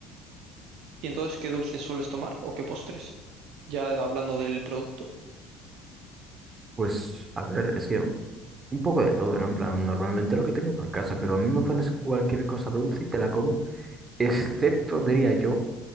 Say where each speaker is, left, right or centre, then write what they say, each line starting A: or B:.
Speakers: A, on the right (about 60°); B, on the right (about 30°).
A: ¿Y entonces qué dulces sueles tomar o qué postres? Ya hablando del producto.
B: Pues, a ver, es que un poco de todo, ¿no? En plan, normalmente lo que tengo por casa, pero a mí me pones cualquier cosa dulce y te la como, excepto, diría yo,